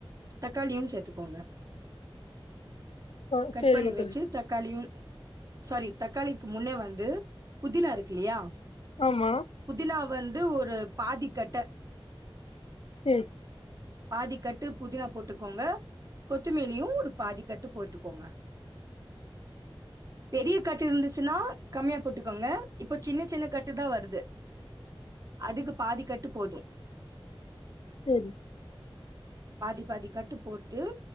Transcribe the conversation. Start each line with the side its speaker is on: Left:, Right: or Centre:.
Right: தக்காளியும் சேத்துக்கோங்க
Left: ஆ
Right: கட்
Left: செரிங்க
Right: பண்ணி வச்சி
Left: தோழி
Right: தக்காளியு சாரி தக்காளிக்கு முன்னே வந்து புதினா இருக்கில்லியா
Left: ஆமா
Right: புதினா வந்து ஒரு பாதி கட்ட
Left: சே
Right: பாதி கட்டு புதினா போட்டுக்கோங்க கொத்துமேலியு ஒரு பாதி கட்டு போட்டுக்கோங்க
Left: <inaudible>
Right: பெரிய கட்டு இருந்திச்சின்னா கம்மியா போட்டுக்கோங்க இப்போ சின்ன சின்ன கட்டுதா வருது அதுக்கு பாதி கட்டு போது
Left: செரி
Right: பாதி பாதிக்கட்டு போட்டு